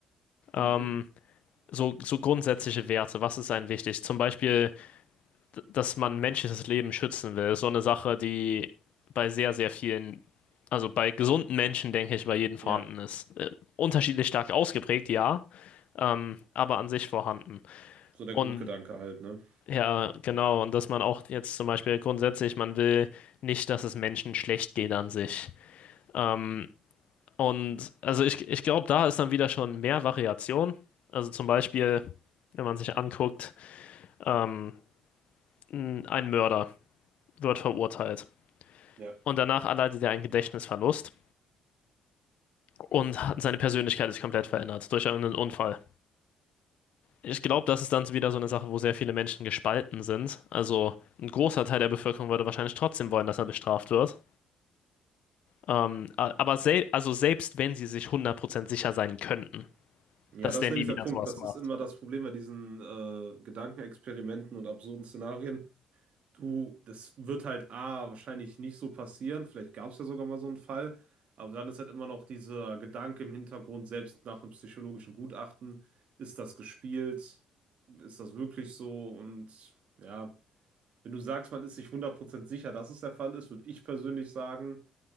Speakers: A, on the right; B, on the left.
A: Mhm.
B: Hm, So, so grundsätzliche Werte, was ist einem wichtig? Zum Beispiel, d- dass man menschliches Leben schützen will, ist so eine Sache, die bei sehr, sehr vielen, also bei gesunden Menschen, denke ich, bei jedem vorhanden
A: Ja,
B: ist. Äh, unterschiedlich stark ausgeprägt, ja, ähm, aber an sich vorhanden.
A: so der
B: Und
A: Grundgedanke halt, ne?
B: Ja, genau. Und dass man auch jetzt zum Beispiel grundsätzlich, man will nicht, dass es Menschen schlecht geht an sich. Ähm, und also ich, ich glaube, da ist dann wieder schon mehr Variation. Also zum Beispiel, wenn man sich anguckt, ähm, n- ein Mörder wird verurteilt.
A: Ja.
B: Und danach erleidet er einen Gedächtnisverlust und hat- seine Persönlichkeit ist komplett verändert durch irgendeinen Unfall. Ich glaube, das ist dann so wieder so eine Sache, wo sehr viele Menschen gespalten sind. Also ein großer Teil der Bevölkerung würde wahrscheinlich trotzdem wollen, dass er bestraft wird. Ähm, a- aber sel also selbst wenn sie sich 100% sicher sein könnten,
A: Ja,
B: dass
A: das
B: der
A: ist nämlich
B: nie
A: der
B: wieder
A: Punkt.
B: sowas
A: Das
B: macht.
A: ist immer das Problem bei diesen äh, Gedankenexperimenten und absurden Szenarien. Du, das wird halt A, wahrscheinlich nicht so passieren. Vielleicht gab es ja sogar mal so einen Fall. Aber dann ist halt immer noch dieser Gedanke im Hintergrund, selbst nach einem psychologischen Gutachten, ist das gespielt? Ist das wirklich so? Und ja, wenn du sagst, man ist sich 100% sicher, dass es der Fall ist, würde ich persönlich sagen,